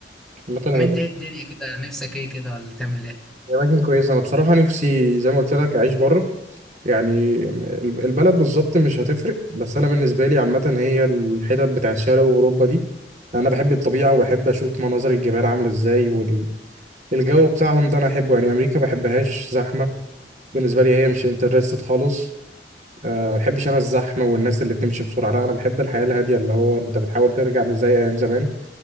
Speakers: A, on the right; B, in the centre.
A: عامة
B: ما
A: هي
B: انت ايه الدنيا كده نفسك ايه كده ولا تعمل ايه
A: هي أماكن كويسة أنا بصراحة نفسي زي ما قلت لك أعيش بره يعني ال- البلد بالظبط مش هتفرق بس أنا بالنسبة لي عامة هي الحتت بتاعت شرق أوروبا دي أنا بحب الطبيعة وبحب أشوف مناظر الجبال عاملة إزاي والجو بتاعهم ده أنا أحبه يعني أمريكا بحبهاش زحمة بالنسبه لي هي مش انترستد خالص أه ما بحبش انا الزحمه والناس اللي بتمشي بسرعه لا انا بحب الحياه الهاديه اللي هو انت بتحاول ترجع زي ايام زمان